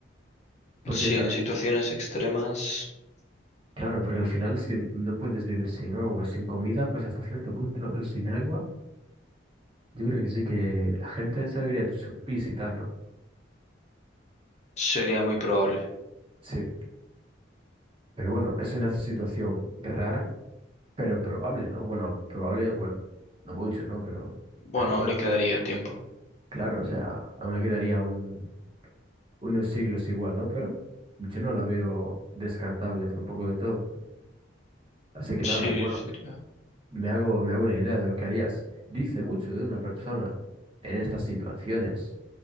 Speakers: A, on the right; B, on the left.
A: Porque,
B: Sí,
A: da-
B: en situaciones extremas
A: claro, porque al final es que no puedes vivir sin agua, sin comida, pues hasta cierto punto, ¿no? Pero sin agua, yo creo que sí que la gente se bebería su pis y tal, ¿no?
B: sería muy probable.
A: Sí. Pero bueno, es una situación rara, pero probable, ¿no? Bueno, probable, bueno, no mucho, ¿no? Pero,
B: Bueno,
A: pero
B: aún
A: bueno.
B: le quedaría tiempo.
A: Claro, o sea, aún le quedaría un- unos siglos igual, ¿no? Pero yo no la veo descartable tampoco del todo. Así que
B: Sí,
A: nada, bueno,
B: sería.
A: me hago, me hago una idea de lo que harías. Dice mucho de una persona en estas situaciones,